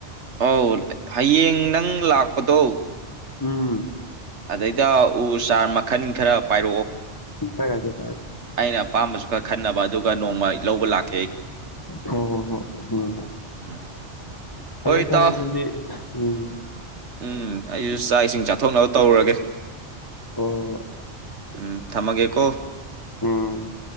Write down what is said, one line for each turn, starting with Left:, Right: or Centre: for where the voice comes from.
Right: ꯑꯧ ꯍꯌꯦꯡ ꯅꯪ ꯂꯥꯛꯄꯗꯣ
Left: ꯎꯝ
Right: ꯑꯗꯩꯗ ꯎ ꯆꯥꯔ ꯃꯈꯟ ꯈꯔ ꯄꯥꯏꯔꯛꯑꯣ
Left: ꯎꯝ ꯄꯥꯢꯔꯛꯑꯒꯦ
Right: ꯑꯩꯅ ꯑꯄꯥꯝꯕꯁꯨ ꯈꯔ ꯈꯟꯅꯕ ꯑꯗꯨꯒ ꯅꯣꯡꯃ ꯑꯩ ꯂꯧꯕ ꯂꯥꯛ
Left: ꯍꯣ ꯍꯣ ꯍꯣ ꯎꯝ
Right: ꯎꯝ
Left: ꯐꯔꯦ
Right: ꯍꯣꯏ ꯏꯇꯥꯎ
Left: ꯐꯔꯦ ꯑꯗꯨꯗꯤ ꯎꯝ
Right: ꯎꯝ ꯑꯩꯖꯨ ꯆꯥꯛ ꯏꯁꯤꯡ ꯆꯥꯊꯣꯛꯅꯕ ꯇꯧꯔꯨꯔꯒꯦ
Left: ꯍꯣꯏ ꯍꯣꯏ
Right: ꯎꯝ ꯊꯝꯃꯒꯦꯀꯣ
Left: ꯎꯝ